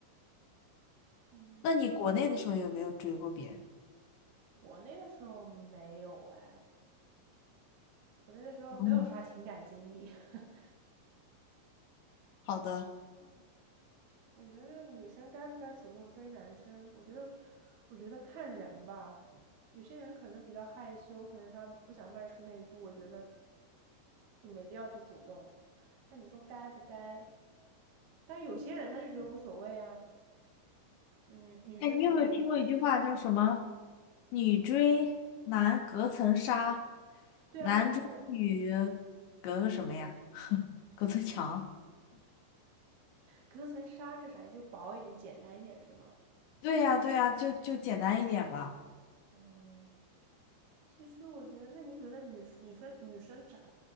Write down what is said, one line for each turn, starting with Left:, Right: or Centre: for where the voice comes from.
Right: 嗯，
Left: 那你国内的时候有没有追过别人？
Right: 那你国内的时候没有哎，国内的时候没有啥情感经历。
Left: 嗯，
Right: <laughs>
Left: 好的。
Right: 我觉得女生该不该主动追男生，我觉得，我觉得看人吧。有些人可能比较害羞，可能他不想迈出那一步，我觉得就没必要去主动。但你说该不该？但有些人他就觉得无所谓啊。嗯，女生主动一点。
Left: 哎，你有没有听过一句话叫什么？女追男隔层纱，
Right: 对啊，
Left: 男追女
Right: 我听过，
Left: 隔个什么呀？隔层墙。
Right: 隔层纱是啥？就薄一点，简单一点是吗？
Left: 对呀，对呀，就就简单一点吧。
Right: 嗯，其实我觉得，那你觉得女，你说女生咋